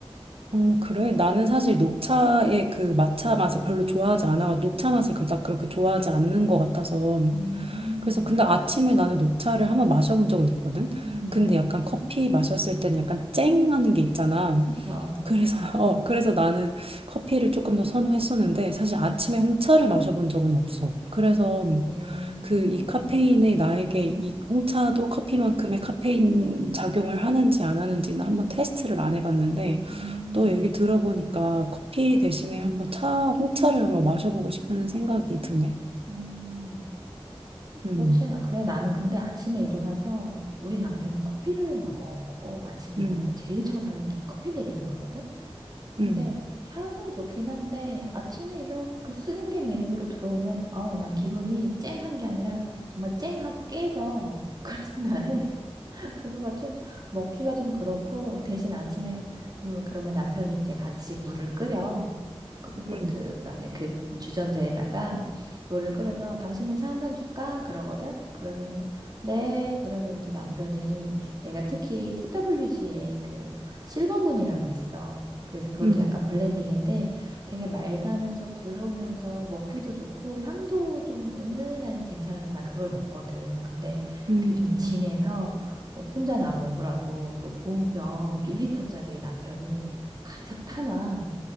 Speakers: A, on the right; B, on the right.
A: 어, 그래? 나는 사실 녹차의 그 matcha 맛을 별로 좋아하지 않아. 녹차 맛을 그닥 그렇게 좋아하지 않는 것 같아서.
B: 음,
A: 그래서 근데 아침에 나는 녹차를 한번 마셔본 적은 있거든?
B: 음,
A: 근데 약간 커피 마셨을 때는 약간 쨍하는 게 있잖아.
B: 어,
A: 그래서, <laughs> 어, 그래서 나는 커피를 조금 더 선호했었는데 사실
B: 음.
A: 아침에 홍차를 마셔본 적은 없어. 그래서
B: 어, 음,
A: 그 이 카페인이 나에게 이 홍차도 커피만큼의 카페인 작용을 하는지 안 하는지는 한번 테스트를 안 해봤는데
B: 음,
A: 너 얘기 들어보니까 커피 대신에 한번 차, 홍차를 한번 마셔보고 싶은 생각이 드네.
B: 음,
A: 음,
B: 그렇진, 않- 그래, 나는 근데 아침에 일어나서 우리 남편은 커피를 먹어. 꼭 아침에
A: 음,
B: 일어나서 제일 처음 하는 게 커피 내리는 거거든? 근데
A: 음,
B: 향은 좋긴 한데 아침에 일어나서 그 쓴 게 내 입으로 들어오면, 어, 난 기분이 쨍한 게 아니라 정말 쨍하고 깨져. <laughs> 그래서 나는 <laughs> 그거가 좀 먹기가 좀 그렇고 대신 아침에 그럼- 그러면 남편이 이제 같이 물을 끓여. 커피포트가
A: 음,
B: 아닌 그 주전자에다가 물을 끓여서 당신은 차 한 잔 줄까? 그러거든. 그러면은 네. 그러면 이제 남편이 내가 특히 TWG에 그 실버문이라고 있어. 그래서 그것도
A: 음,
B: 약간 블렌딩인데 되게 마일드하면서 부드러우면서 먹기도 좋고 향도 좀 은은하니 괜찮아서 난 그걸 먹거든. 근데
A: 음,
B: 그게 좀 진해서 혼자 나 먹으라고 그 보온병 1리터짜리 남편이 가득 타놔.